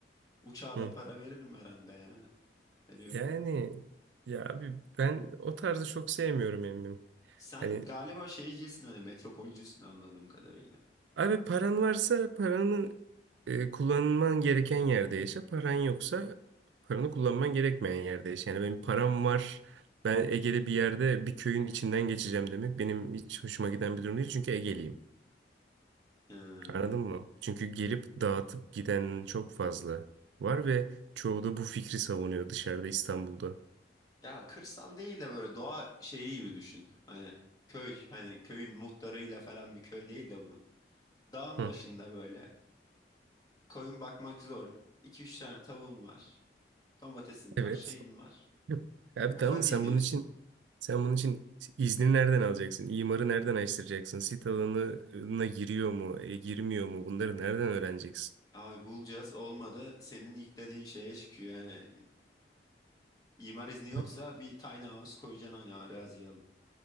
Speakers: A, on the left (about 20°); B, on the right (about 85°).
A: uçağa
B: Hı.
A: da para veririm herhalde yani. Veriyor
B: Yani
A: olurum.
B: ya abi ben o tarzı çok sevmiyorum emmim.
A: Sen
B: Hani
A: galiba şeycisin hani metropolcüsün anladığım kadarıyla.
B: abi paran varsa paranı e, kullanman gereken yerde yaşa. Paran yoksa paranı kullanman gerekmeyen yerde yaşa. Yani benim param var. Ben Ege'de bir yerde bir köyün içinden geçeceğim demek benim hiç hoşuma giden bir durum değil. Çünkü Ege'liyim.
A: Hmm.
B: Anladın mı? Çünkü gelip dağıtıp giden çok fazla var ve çoğu da bu fikri savunuyor dışarıda İstanbul'da.
A: Ya kırsal değil de böyle doğa şeyi gibi düşün. Hani köy hani köyün muhtarıyla falan bir köy değil de bunu. Dağın
B: Hı.
A: başında böyle koyun bakmak zor. iki üç tane tavuğun var. Domatesin
B: Evet.
A: var, şeyin var.
B: <laughs> Hı. Abi
A: Kafa
B: tamam sen
A: dinliyorsun.
B: bunun için sen bunun için izni nereden alacaksın? İmarı nereden açtıracaksın? Sit alanına giriyor mu, e, girmiyor mu? Bunları nereden öğreneceksin?
A: Abi bulacağız olmadı senin ilk dediğin şeye çıkıyor yani İmar izni yoksa
B: Hı.
A: bir tiny house koyacaksın hani araziyi alıp.